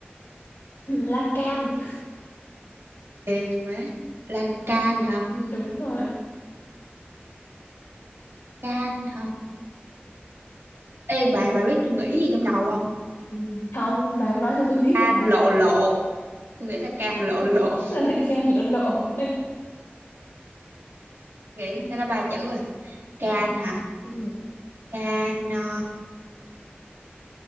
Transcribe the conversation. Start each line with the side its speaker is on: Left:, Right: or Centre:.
Left: <clears throat> Lan can
Right: Ê, má. Lan can hả?
Left: ừ, đúng rồi
Right: Can hả? Ê bà, bà biết tôi nghĩ gì trong đầu không?
Left: ừ. không bà không nói cho tôi biết
Right: Can
Left: bà
Right: lộ lộ. Tôi nghĩ là can lộ lộ.
Left: <laughs> sao lại can lộ lộ ở
Right: Nghĩ
Left: đây
Right: cái đó ba chữ rồi. Can
Left: Kem
Right: hả?
Left: ừ.
Right: Can, ờ,